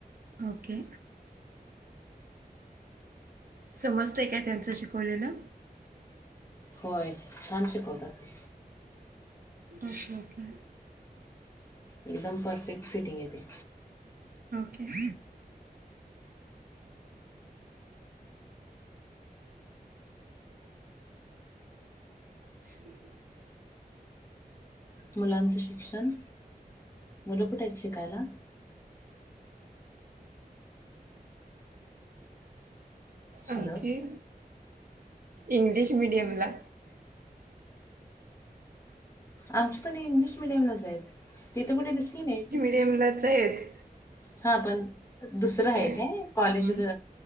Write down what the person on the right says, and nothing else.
ओके. समजतंय काय, त्यांचं शिकवलेलं?
Okay- okay.
ओके. <inaudible> <inaudible>
आणखी. इंग्लिश मिडियमला.
के म लाचयेत.
हम्म